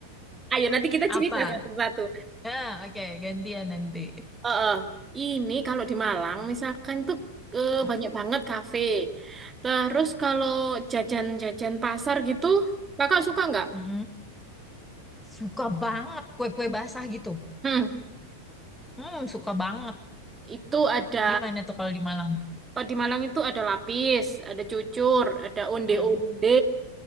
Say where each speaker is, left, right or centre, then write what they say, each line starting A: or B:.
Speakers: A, on the right; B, in the centre.
A: Ayo nanti kita
B: Apa?
A: cerita satu-satu.
B: Ah, oke, gantian nanti.
A: Eh, eh, ini kalau di Malang misalkan tuh eh,
B: Hmm,
A: banyak banget kafe. Terus kalau jajan-jajan pasar gitu, kakak suka nggak?
B: mm-mm. Suka banget kue-kue basah gitu.
A: Hmm,
B: Hmm, suka banget.
A: itu ada.
B: Di mana tuh kalau di Malang?
A: Kalau di Malang itu ada lapis, ada cucur, ada onde-onde,
B: Hmm.